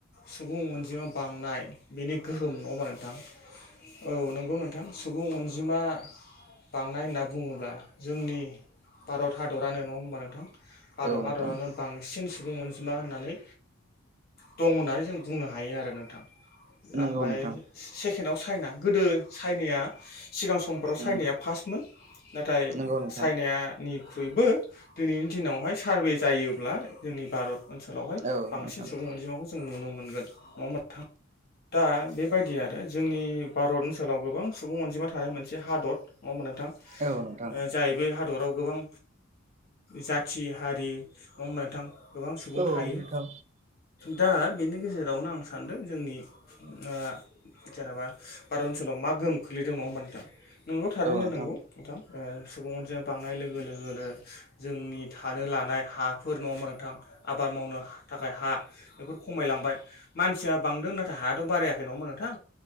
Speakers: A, on the left; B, on the right.
A: सुबुं अनजिमा बांनाय बेनि गोहोम नङा होमा नोंथां औ नंगौ नोंथां। सुबुं अनजिमा बांनाय होनना बुङोब्ला जोंनि भारत हादरानो नङा होमबा नोंथां। भारत
B: औ नोंथां
A: हादरनो बांसिन। सुबुं अनजिमा होननानै दं होननानै जों बुंनो हायो आरो नोंथां।
B: नंगौ
A: ओमफाय
B: नोंथां
A: सेकेणडआव चाइना गोदो चाइनाया। सिगां समफोराव
B: उम
A: सायनाया फार्टमोन नाथाय
B: नंगौ नोंथां
A: सायना निख्रुइबो। दिनैनि दिनावहाय सारभे जायोब्ला जोंनि भारत ओनसोलावहाय
B: औ
A: बांसिन
B: नोंथां
A: सुबुं अनजिमाखौ। जों नुनो मोनगोन नङा होनबा नोंथां। दा बेबायदि आरो जोंनि भारत ओनसोलाव गोबां सुबुं अनजिमा थानाय मोनसे हादर नङा होनबा नो
B: औ नोंथां
A: जाय बे हादराव गोबां जाथि हारि नङा होनबा नोंथां। गोबां सुबुं
B: औ नोंथां
A: थायो दा बेनि गेजेरावनो आं सानदों जोंनि। ओ-जेनेबा भारत ओनसोलाव मा गोहोम खोलैदों नङा होमबा नोंथां । नोंगौ थारैनो
B: औ नोंथां
A: नांगौ नोंथां। ओ-सुबुंअनजिमा बांनाय लोगो लोगोन जोंनि थानो लानाय हाफोर नङा होनबा नोंथां आबाद मावनो थाखाय हा बेफोर खमायलांबाय मानसिया बांदों नाथाय हायाथ बारायाखै नङा होनबा नोंथां